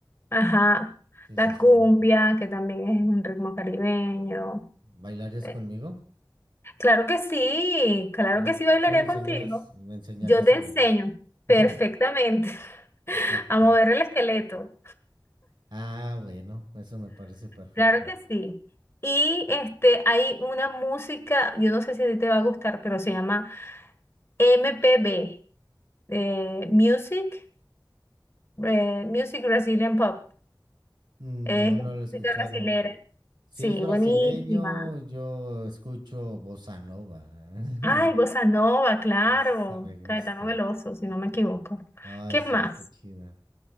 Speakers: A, on the left (about 35°); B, on the right (about 85°).
A: Ajá,
B: Sí,
A: la
B: sí, sí.
A: cumbia, que también es un ritmo caribeño.
B: ¿Bailarías
A: Eh,
B: conmigo?
A: Claro que sí, claro
B: Sí,
A: que sí bailaría
B: sí me enseñas,
A: contigo.
B: me enseñarías
A: Yo te
B: a
A: enseño
B: bailar.
A: perfectamente
B: <laughs>
A: <laughs>
B: Ok.
A: a mover el esqueleto.
B: Ah, bueno, eso me parece perfecto.
A: Claro que sí. Y este, hay una música, yo no sé si a ti te va a gustar, pero se llama MPB, eh, Music, eh, Music Brazilian Pop.
B: No,
A: Es
B: no lo he escuchado.
A: música brasilera.
B: Si
A: Sí,
B: es brasileño,
A: buenísima.
B: yo escucho bossa nova. <laughs>
A: Ay, Bossa Nova, claro.
B: Esa me gusta.
A: Caetano Veloso, si no me equivoco.
B: Ay,
A: ¿Qué
B: sí,
A: más?
B: está chida.